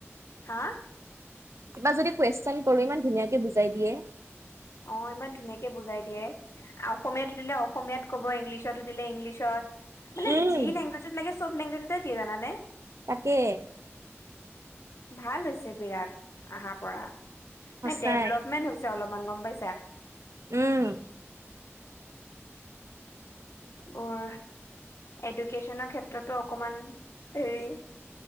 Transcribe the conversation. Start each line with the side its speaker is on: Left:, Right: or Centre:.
Left: হা
Right: কিবা যদি কুৱেশন কৰো ইমান ধুনীয়াকে বুজাই দিয়ে
Left: অ ইমান ধুনীয়াকে বুজাই দিয়ে অসমীয়াত সুধিলে অসমীয়াত কব ইংলিছত সুধিলে ইংলিছত মানে
Right: উম
Left: যি লেংগুৱেজত লাগে চব লেংগুৱেজতে দিয়ে জানানে
Right: তাকে
Left: ভাল হৈছে বিৰাট আহাৰ পৰা এ
Right: সঁচাই
Left: ডেভলপমেন্ট হৈছে অলপ গম পাইছা
Right: উম
Left: মোৰ এডুকেশ্যনৰ ক্ষেত্ৰতো অকমান হেৰি